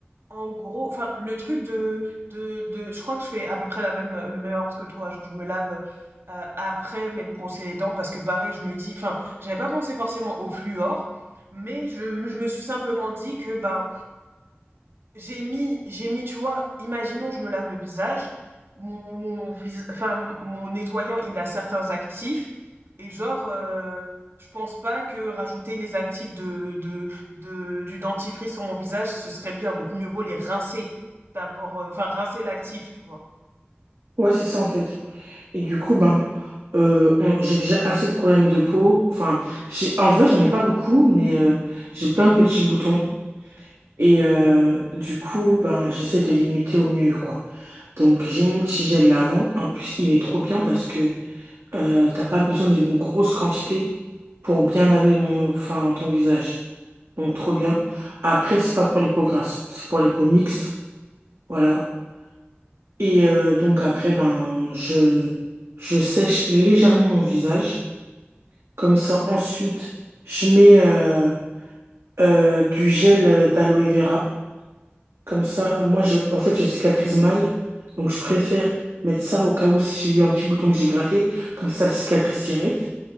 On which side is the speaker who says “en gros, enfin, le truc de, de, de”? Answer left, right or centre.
Right